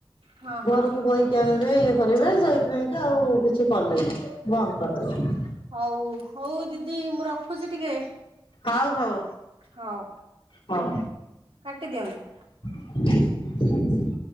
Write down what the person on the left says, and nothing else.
ଘରକୁ
ବୋହିକି ଆଣିବେ ଇଏ କରିବେ ସେଇଥିପାଇଁ ଆଉ କିଛି କଲେନି ବନ୍ଦ କରିଦେଲେ।
ହଉ ହଉ।
ହଉ।
<inaudible>